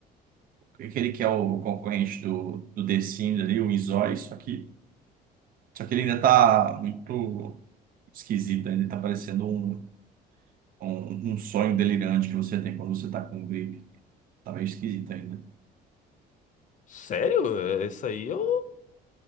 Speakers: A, on the right (about 55°); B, on the left (about 50°).
A: Aquele que é o concorrente do, do The Sims ali, o Inzói, só que... Só que ele ainda tá muito esquisito, ainda tá parecendo um, um, um sonho delirante que você tem quando você tá com um gripe. Tá meio esquisito ainda.
B: Sério? É, Isso aí eu,